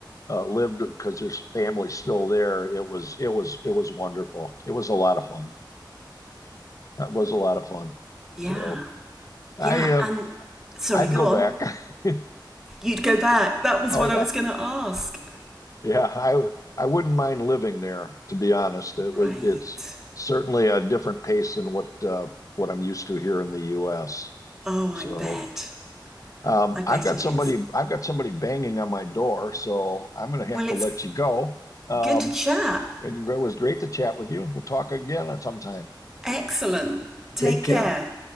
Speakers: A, on the left; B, in the centre.
A: uh, lived because there's family still there. It was it was it was wonderful. It was a lot of fun. That was a lot of fun.
B: Yeah.
A: So I
B: Yeah.
A: uh,
B: And sorry,
A: I'd
B: go
A: go
B: on.
A: back. <laughs>
B: You'd go back. That was
A: Oh
B: what
A: yeah,
B: I was going to ask.
A: yeah. I I wouldn't mind living there, to be honest. It
B: Right.
A: would. It's certainly a different pace than what uh, what I'm used to here in the U.S.
B: Oh,
A: So
B: I bet.
A: um,
B: I bet
A: I've got
B: it
A: somebody
B: is.
A: I've got somebody banging on my door, so I'm going to
B: Well,
A: have to
B: it's
A: let you go. Um,
B: good to chat.
A: it was great to chat with you. We'll talk again at some time.
B: Excellent. Take
A: Take care.
B: care.